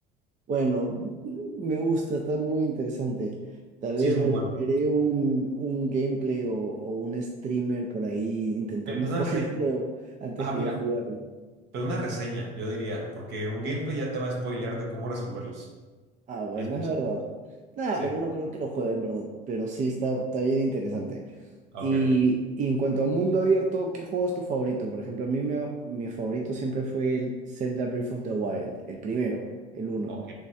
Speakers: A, on the right (about 40°); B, on the right (about 65°).
A: Bueno, me gusta, está muy interesante. Tal
B: Sí,
A: vez
B: es muy
A: ver-
B: bueno.
A: veré un, un gameplay o, o un streamer por ahí intentando
B: Eh, pues,
A: <laughs> jugar
B: Una reseña.
A: el juego antes
B: Ah,
A: que
B: mira,
A: yo jugarlo.
B: pero una reseña, yo diría, porque un gameplay ya te va a spoilear de cómo resolverlos.
A: Ah, bueno,
B: Y es el
A: es verdad.
B: chiste.
A: Nada,
B: Sí,
A: pero no creo que lo juegue, en verdad. Pero sí está, está bien interesante.
B: Ah,
A: Y,
B: ok, ok.
A: y en cuanto a mundo abierto, ¿qué juego es tu favorito? Por ejemplo, a mí me- mi favorito siempre fue el Zelda Breath of the Wild, el primero, el uno.
B: Ok.